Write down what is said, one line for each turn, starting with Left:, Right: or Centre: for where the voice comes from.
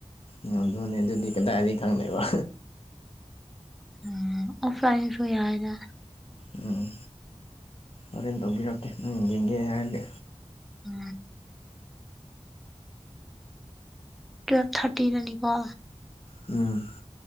Left: ꯑꯣ ꯑꯗꯨꯅꯦ ꯑꯗꯨꯗꯤ ꯀꯗꯥꯏꯗꯤ ꯈꯪꯗꯣꯏꯕ꯫
Centre: ꯑꯥ ꯑꯣꯐꯂꯥꯏꯟꯗꯁꯨ ꯌꯥꯏꯌꯦꯗ꯫
Left: ꯑꯣ꯫ ꯍꯣꯔꯦꯟ ꯇꯧꯕꯤꯔꯛꯀꯦ ꯅꯪ ꯌꯦꯡꯒꯦ ꯍꯥꯏꯔꯗꯤ꯫
Centre: ꯑ꯫ ꯇꯨꯌꯦꯜꯞ ꯊꯥꯔꯇꯤꯗꯅꯤꯀꯣ꯫
Left: ꯎꯝ